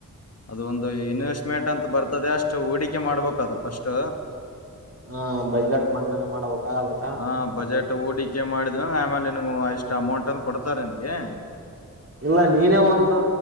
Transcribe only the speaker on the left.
ಅದು ಒಂದು ಇನ್ವೆಸ್ಟ್ಮೆಂಟ್ ಅಂತ ಬರ್ತದೆ ಅಷ್ಟು ಹೂಡಿಕೆ ಮಾಡ್ಬೇಕು ಅದು ಪಫಸ್ಟ್
ಹಾ ಬಜೆಟ್ ಹೂಡಿಕೆ ಮಾಡಿದ್ರು ಆಮೇಲೆ ನಿಿನಗಗೆ ಎಷ್ಟು ಅಮೌಂಟ್ ಅನ್ನು ಕೊಡ್ತಾರೆ ನಿನಗೆ